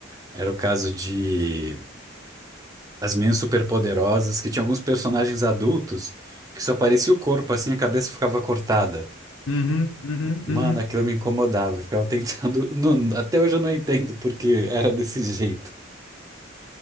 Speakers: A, on the right; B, on the left.
A: era o caso de As Meninas Superpoderosas, que tinha alguns personagens adultos que só aparecia o corpo, assim, a cabeça ficava cortada.
B: Uhum, uhum,
A: Mano,
B: uhum.
A: aquilo me incomodava. Eu ficava tentando. <laughs> não- até hoje eu não entendo porque era desse jeito.